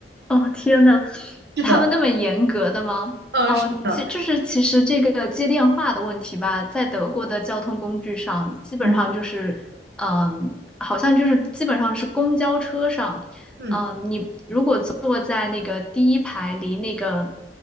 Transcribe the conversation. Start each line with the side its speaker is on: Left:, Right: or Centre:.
Centre: 哦，天呐，
Right: 是的，
Centre: 他们那么严格的吗？
Right: 呃，
Centre: 哦，
Right: 是的，
Centre: 其就是其实这个接电话的问题吧，在德国的交通工具上，基本上就是，
Right: 嗯
Centre: 嗯，好像就是基本上是公交车上，
Right: 嗯，
Centre: 嗯，你如果坐在那个第一排离那个